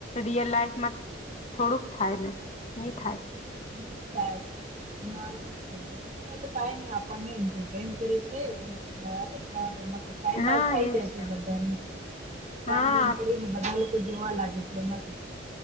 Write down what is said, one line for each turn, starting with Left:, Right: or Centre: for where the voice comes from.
Left: રિયલ લાાઈફમાં થોડુંક થાય ને ની થાય.
Right: હા ની થાય નાર્મલ. કઈ નહી આપણને એન્ટરટેન કરે છે. બરાબર ચ એમાં ટાઈમપાસ
Left: હા
Right: થઇ
Left: એજ
Right: જાય છે બધાનો
Left: હા
Right: કામમ કરી. બધા લોકો જોવા લાગે છે એમાંથી